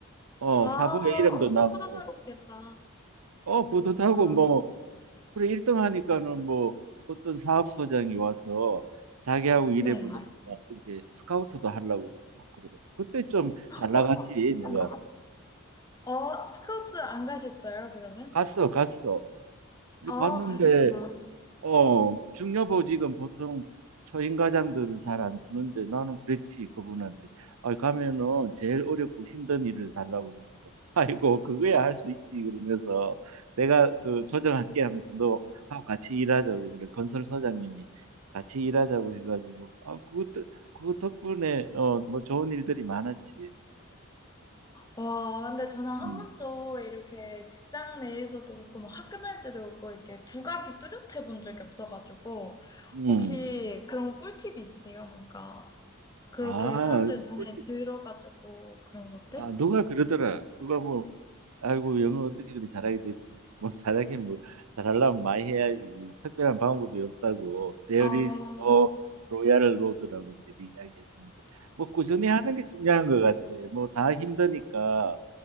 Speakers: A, on the right; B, on the left.
A: 어
B: 아,
A: 사부의 이름도
B: 엄청
A: 나고
B: 뿌듯하셨겠다.
A: 어 뿌듯하고
B: 아,
A: 뭐 그래 1등 하니까는 뭐 어떤 사업소장이 와서 자기하고 일해보자
B: 네.
A: 막 이렇게 스카우트도 하려고 그러고 막 그러더라고. 그때 좀
B: 어,
A: 잘 나갔지 내가
B: 네. 어, 스카우트 안 가셨어요, 그러면?
A: 갔어 갔어. 근데
B: 아,
A: 갔는데
B: 가셨구나.
A: 어, 중요보직은 보통 초임과장들을 잘 안 주는데 나는 그랬지 그분한테 아 가면은 제일 어렵고 힘든 일을 달라고 그러니까 <laughs> 아이고 그거야 할 수 있지 그러면서 내가 그 조정할게 하면서 너 하고 같이 일하자고 그래 건설 소장님이 같이 일하자고 해가지고 아 그것도 그거 덕분에 어 뭐 좋은 일들이 많았지
B: 와, 근데 저는 한
A: 음,
B: 번도 이렇게 직장 내에서도 그렇고, 뭐 학교 다닐 때도 그렇고, 이렇게 두각이 뚜렷해 본 적이 없어가지고,
A: 음.
B: 혹시 그런 꿀팁이 있으세요? 뭔가, 그렇게
A: 아,
B: 사람들 눈에
A: 꽃,
B: 들어가지고, 그런 것들?
A: 아 누가 그러더라 누가 뭐 아이고 영어 어떻게 그리 잘하게 되시는데 뭐 잘하긴 뭐 잘하려면 많이 해야지 특별한 방법이 없다고 There
B: 어, 어,
A: is no royal road라고 이제 이야기해 주는데 뭐 꾸준히 하는 게 중요한 것 같아 뭐 다 힘드니까